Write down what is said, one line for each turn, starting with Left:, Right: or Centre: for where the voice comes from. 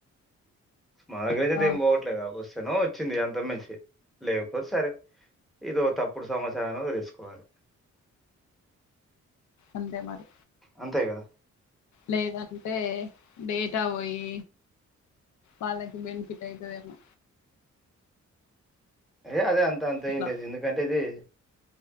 Centre: మన దగ్గర నుంచి అయితే
Left: అవును
Centre: ఏం పోవట్లే కదా వస్త ను వచ్చింది అంత మించి లేకపోతే సరే ఇదో తప్పుడు సమాచారాన్ని తెలుసుకోవాలి
Left: అంతే మరి
Centre: అంతే కదా
Left: లేదంటే డేటా పోయి వాళ్ళకి బెనిఫిట్ అయితుందేమో
Centre: ఏయ అదే అంత అ అంతే
Left: అట్లా
Centre: లేదు ఎందుకంటే ఇది